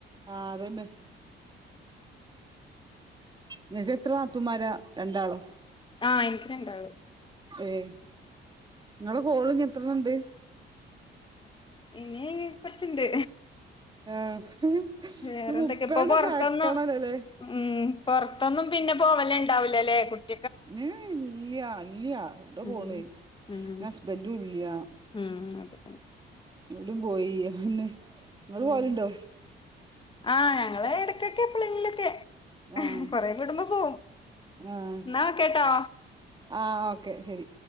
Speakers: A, on the right; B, on the left.
A: ആഹ അതന്നെ നിനക്ക് എത്ര നാത്തൂന്മാര രണ്ടാളോ
B: ആ് എനിക്ക് രണ്ടാള്
A: ഏയ് നിങ്ങളെ കോള ഇങ്ങ എത്രണ ഇണ്ട്
B: ഇനി കൊറച്ചണ്ട്
A: ആഹ്
B: വേറെന്തൊക്കെ
A: ഇത് മുപ്പതെണ്ണം
B: ഇപ്പൊ പൊറത്തന്ന്
A: താക്കണല്ലോല്ലേ
B: ഉം പൊറത്തൊന്നും പിന്നെ പോവല് ഉണ്ടാവില്ലല്ലേ കുട്ടി
A: യം ഇല്ലയ ഇല്ലയ അവിടെ പോണ്
B: ഉം ഉം
A: ഹുസ്ബൻഡും ഇല്ല്യ
B: ഉം അതെ
A: ലും പോയി പിന്നെ നിങ്ങള്
B: ഉം
A: പോലുണ്ടോ
B: ആഹ് ഞങ്ങള് ഇടക്കൊക്കെ എപ്പോഴോങ്കിലുമൊക്കെ
A: ആഹ്
B: കൊറെ കുടുംബ പോവും
A: ആഹ്
B: എന്നാ കേട്ടോ
A: ആ ഓക്കെ ശരി